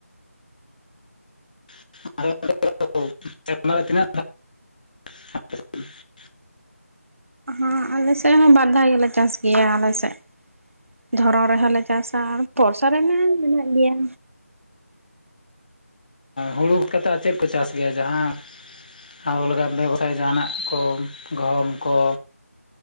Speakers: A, on the left; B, on the right.
A: <unintelligible> ᱛᱤᱱᱟᱹᱜ <unintelligible>
B: ᱦᱮᱸ ᱟᱞᱮ ᱥᱮᱫ ᱦᱚᱸ ᱵᱟᱨ ᱫᱷᱟᱣ ᱜᱮᱞᱮ ᱪᱟᱥ ᱜᱮᱭᱟ ᱟᱞᱮ ᱥᱮᱫ ᱫᱷᱚᱨᱚᱢ ᱨᱮᱦᱚᱸᱞᱮ ᱪᱟᱥᱟ ᱵᱚᱨᱥᱟ ᱨᱮᱢᱟ ᱢᱮᱱᱟᱜ ᱜᱮᱭᱟ᱾
A: ᱦᱩᱲᱩ ᱵᱟᱫ ᱠᱟᱛᱮᱫ ᱟᱨ ᱪᱮᱫ ᱠᱚ ᱪᱟᱥ ᱜᱮᱭᱟ ᱡᱟᱦᱟᱸ ᱟᱵᱚ ᱵᱮᱵᱥᱟᱭᱟ ᱡᱟᱦᱟᱱᱟᱜ ᱠᱚ ᱜᱚᱦᱚᱢ ᱠᱚ